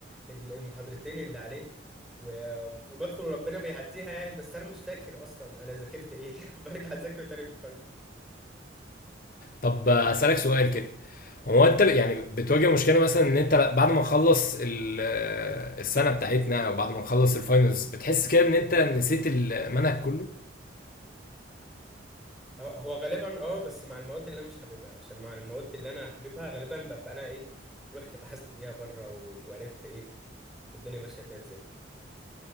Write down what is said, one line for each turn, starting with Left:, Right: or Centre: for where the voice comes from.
Centre: ال- المحاضرتين اللي عليه و- وبدخل وربنا بيعديها يعني بس انا مش فاكر اصلا انا ذاكرت ايه <laughs> برجع اذاكره تاني في
Left: طب اسألك سؤال كده هو انت ب- يعني بتواجه مشكلة مثلا ان انت بعد ما نخلص ال- آه، السنة بتاعتنا او بعد ما نخلص الفاينلز بتحس كده ان انت نسيت المنهج كله
Centre: آه، هو غالبا اه بس مع المواد اللي انا مش حاببها عشان مع المواد اللي انا حاببها غالبا ببقى انا ايه رحت بحثت بيها بره و- وعرفت ايه الدنيا ماشيه فيها ازاي